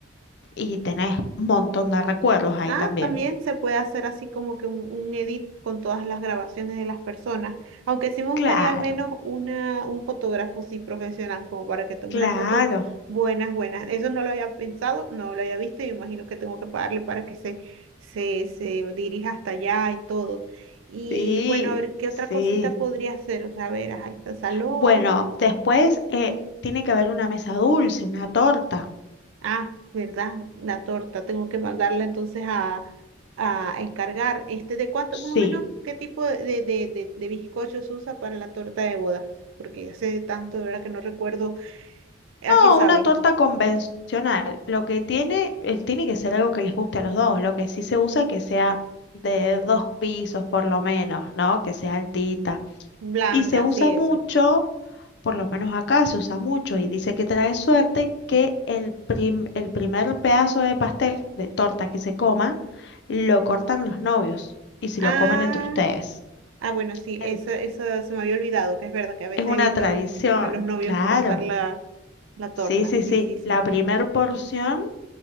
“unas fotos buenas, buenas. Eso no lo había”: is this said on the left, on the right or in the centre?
Right